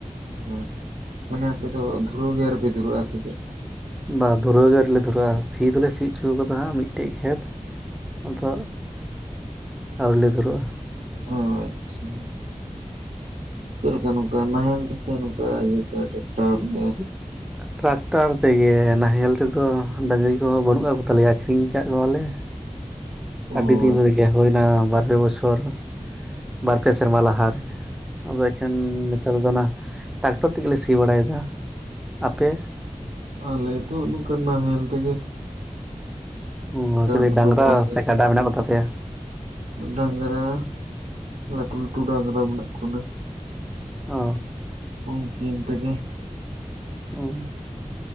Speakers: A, on the right; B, in the centre.
A: ᱟᱪᱪᱷᱟ ᱢᱟᱱᱮ ᱟᱯᱮ ᱫᱚ ᱫᱷᱩᱨᱟᱹᱣ ᱜᱮ ᱟᱹᱣᱨᱤ ᱯᱮ ᱫᱷᱩᱨᱟᱹᱜᱼᱟ ᱥᱮ ᱪᱮᱫ?
B: ᱵᱟ ᱫᱷᱩᱨᱟᱹᱣ ᱜᱮ ᱟᱹᱣᱨᱤ ᱞᱮ ᱫᱷᱩᱨᱟᱹᱜᱼᱟ ᱥᱤ ᱫᱚᱞᱮ ᱥᱤ ᱚᱪᱚ ᱠᱟᱫᱟ ᱦᱟᱜ ᱢᱤᱫᱴᱮᱡ ᱠᱷᱮᱛ ᱾ ᱟᱫᱚ ᱟᱣᱨᱤ ᱞᱮ ᱫᱷᱩᱨᱟᱹᱜᱼᱟ ᱾
A: ᱚ ᱟᱪᱪᱷᱟ ᱾ ᱪᱮᱫ ᱞᱮᱠᱟ ᱱᱚᱝᱠᱟ ᱱᱟᱦᱮᱞ ᱛᱮ ᱥᱮ ᱱᱚᱝᱠᱟ ᱤᱭᱟᱹᱛᱮ ᱴᱮᱠᱴᱟᱨ
B: <unintelligible>
A: ᱛᱮ
B: ᱴᱨᱟᱠᱴᱟᱨ ᱛᱮᱜᱮ ᱱᱟᱦᱮᱞ ᱛᱮᱫᱚ ᱰᱟᱝᱨᱤ ᱠᱚᱦᱚᱸ ᱵᱟᱹᱱᱩᱜ ᱠᱟᱜ ᱠᱚ ᱛᱟᱞᱮᱭᱟ ᱟᱠᱷᱨᱤᱧ ᱠᱟᱜ ᱠᱚᱣᱟᱞᱮ ᱾
A: ᱚ
B: ᱟᱹᱰᱤ ᱫᱤᱱ
A: ᱟᱪᱪᱷᱟ,
B: ᱨᱮᱜᱮ ᱦᱳᱭᱮᱱᱟ ᱵᱟᱨ ᱯᱮ ᱵᱚᱪᱷᱚᱨ ᱵᱟᱨ ᱯᱮ ᱥᱮᱨᱢᱟ ᱞᱟᱦᱟᱨᱮ ᱾ ᱟᱫᱚ ᱮᱠᱷᱟᱱ ᱱᱮᱛᱟᱨ ᱫᱚ ᱚᱱᱟ ᱴᱟᱠᱴᱚᱨ ᱛᱮ ᱜᱮᱞᱮ ᱥᱤ ᱵᱟᱲᱟᱭ ᱫᱟ ᱾ ᱟᱯᱮ?
A: ᱟᱞᱮ ᱫᱚ ᱱᱚᱝᱠᱟ ᱱᱟᱦᱮᱞ ᱛᱮᱜᱮ ᱾
B: ᱚ ᱪᱮᱞᱮ
A: ᱠᱚᱫᱚ
B: ᱰᱟᱝᱨᱟ
A: ᱵᱟᱝᱜᱮ
B: ᱥᱮ ᱠᱟᱰᱟ ᱢᱮᱱᱟᱜ ᱠᱚ ᱛᱟᱯᱮᱭᱟ?
A: ᱰᱟᱝᱨᱟ ᱞᱟᱹᱴᱩ ᱞᱟᱹᱴᱩ ᱰᱟᱝᱨᱟ ᱢᱮᱱᱟᱜ ᱠᱤᱱᱟ ᱾
B: ᱚ
A: ᱩᱝᱠᱤᱱ ᱛᱮᱜᱮ ᱾
B: ᱚ ᱾